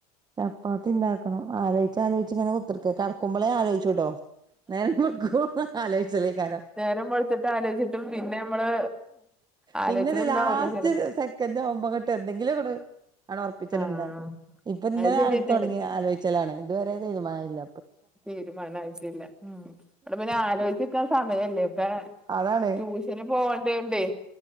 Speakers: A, on the right; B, in the centre.
A: ചപ്പാത്തിണ്ടാക്കണം ആലോയിച്ച് ആലോയിച്ച്ങ്ങനെ കുത്ത്ർക്ക കട്ക്കുമ്പളേ ആലോയ്ച്ചുട്ടോ. നേരം വെൾക്കോളും ആലോയ്ചെലേക്കാരം
B: നേരം വെളുത്തിട്ട് ആലോചിച്ചിട്ടും പിന്നെ നമ്മള് ആലോചിച്ചത്
A: പിന്നെരു
B: ഒന്നും
A: ലാസ്റ്റ്
B: ആവൂല ചെലപ്പോ
A: സെക്കൻഡാവുമ്പങ്ങ്ട്ട് എന്തെങ്കിലുങ്ങ്ട് ആണ്ടൊർപ്പിച്ചാണ്ട്ണ്ടാക്കാ
B: ആഹ്
A: ഇപ്പന്ന്
B: അത്
A: രാവിലെ
B: ശരിയെന്നേണ്
A: തൊടങ്ങി ആലോയിച്ചലാണ് ഇത് വരെ തീരുമാനയില്ല
B: തീരുമാനായിട്ടില്ല ഉംഹ് ഇവടെ പിന്നെ ആലോയ്ച്ച്ക്കാൻ സമയല്ലേ ഒക്കെ
A: അതാണ്
B: ട്യൂഷന് പോവണ്ടയോണ്ടോ